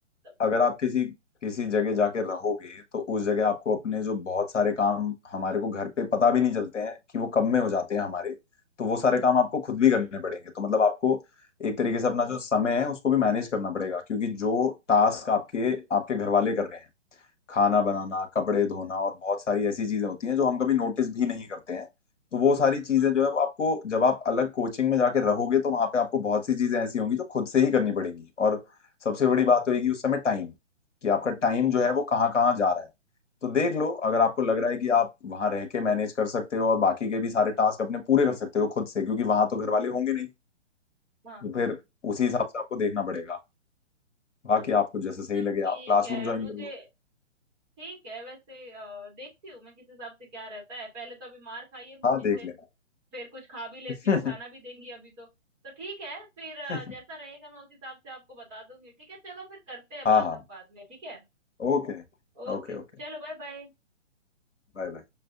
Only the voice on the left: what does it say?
अगर आप किसी किसी जगह जाके रहोगे तो उस जगह आपको अपने जो बहुत सारे काम हमारे को घर पे पता भी नहीं चलते हैं कि वो कब में हो जाते हैं हमारे तो वो सारे काम आपको खुद भी करने पड़ेंगे तो मतलब आपको एक तरीके से अपना जो समय है उसको भी मैनेज करना पड़ेगा क्योंकि जो टास्क आपके आपके घर वाले कर रहे हैं खाना बनाना कपड़े धोना और बहुत सारी ऐसी चीजें होती हैं जो हम कभी नोटिस भी नहीं करते हैं तो वो सारी चीजें
जो है वो आपको जब आप अलग कोचिंग में जाके रहोगे तो वहां पे आपको बहुत सी चीजें ऐसी होंगी जो खुद से ही करनी पड़ेंगी और सबसे बड़ी बात होगी उस समय टाइम कि आपका टाइम जो है वो कहाँ कहाँ जा रहा है तो देख लो अगर आपको लग रहा है कि आप वहां रह के मैनेज कर सकते हो और बाकी के भी सारे टास्क अपने पूरे कर सकते हो खुद से क्योंकि वहां तो घर वाले होंगे नहीं
तो फिर उसी हिसाब से आपको देखना पड़ेगा
बाकी आपको
जैसे सही
लगे आप क्लासरूम
ज्वाइन
कर लो
हाँ देख
लेना
<laughs>
हाँ
हाँ
Okay
Okay Okay
Bye bye